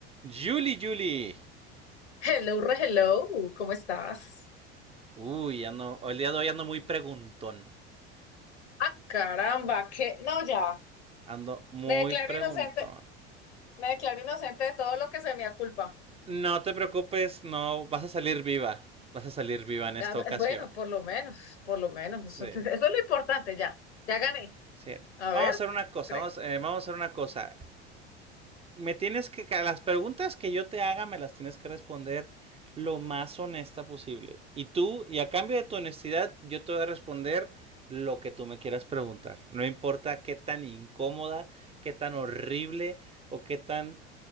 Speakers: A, on the right; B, on the left.
A: Julie, Julie.
B: Hello, re hello, ¿cómo estás?
A: Uy, ando, el día de hoy ando muy preguntón.
B: Ah, caramba, que no, ya,
A: Ando muy
B: me declaro
A: preguntón.
B: inocente, me declaro inocente de todo lo que se me aculpa.
A: No te preocupes, no, vas a salir viva. Vas a salir viva en esta
B: Ya, bu-
A: ocasión.
B: bueno, por lo menos, por lo menos,
A: Sí,
B: eso, <laughs> eso es lo importante, ya, ya gané.
A: sí.
B: A
A: Vamos
B: ver,
A: a hacer una cosa,
B: pre-
A: vamos, eh, vamos a hacer una cosa. me tienes que, las preguntas que yo te haga me las tienes que responder lo más honesta posible. Y tú, y a cambio de tu honestidad, yo te voy a responder lo que tú me quieras preguntar. No importa qué tan incómoda, qué tan horrible o qué tan